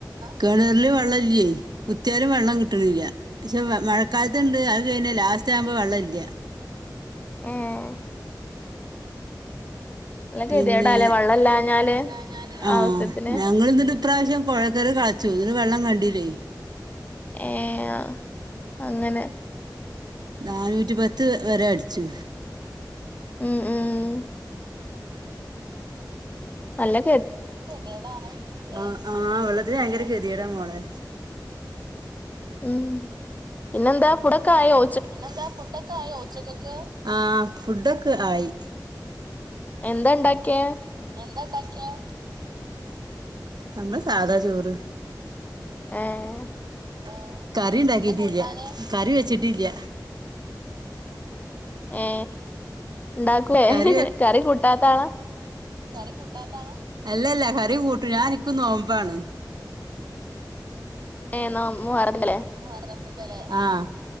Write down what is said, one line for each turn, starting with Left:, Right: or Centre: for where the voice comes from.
Right: കിണറിലും വെള്ളം ഇല്ലേ കുത്തിയാലും വെള്ളം കിട്ടണില്ല പക്ഷെ മഴക്കാലത്തുണ്ട് അത് കഴിഞ്ഞാ ലാസ്റ്റ് ആവുമ്പോൾ വെള്ള ഇല്ല.
Left: ഏഹ്
Right: പിന്നെ
Left: ഗതികേടാല്ലേ
Right: ഗതികേട്
Left: വെള്ളം ഇല്ലാഞ്ഞാല്
Right: ആണല്ലേ വെള്ളംല്ലഞ്ഞാല് ആഹ്
Left: ആവശ്യത്തിന്
Right: ഞങ്ങൾ എന്തട്ട് ഈ പ്രാവശ്യം കുഴൽ കിണറു കളചൂ അത് വെള്ളം കണ്ടില്ലേ
Left: ഏഹ് അഹ് അങ്ങനെ
Right: നാനൂറ്റി പത്ത് വരെ അടച്ചു
Left: ഉം ഉം അല്ല
Right: തെതടാണ് ആ ആ ഉള്ളത് ഭയങ്കര തെഡടാ മോളെ
Left: ഉം പിന്നെന്താ ഫുടക്കായോ
Right: പിന്നെന്താ ഫുഡൊക്കെ ആയോ ഉച്ചക്ക്ക് ആ ഫുഡൊക്കെ ആയി
Left: എന്താ ഉണ്ടാക്കിയെ
Right: എന്താ ഉണ്ടാക്കിയെ നമ്മള് സാധാ ചോറ്
Left: ഏഹ്
Right: ഏഹ് കറിണ്ടാക്കിട്ടില്ല കറി വെച്ചിട്ടില്ല
Left: ഏ ഉണ്ടാക്കുളെ
Right: കറി
Left: കറി കൂട്ടാത്താള
Right: കറി കൂട്ടാത്താള അല്ലല്ല കറി കൂട്ടും ഞാൻക്കു നോമ്പാണ്
Left: ഏ നോമ്പ് മൊഹറല്ലേ
Right: മോഹറതിന്റെലെ അഹ്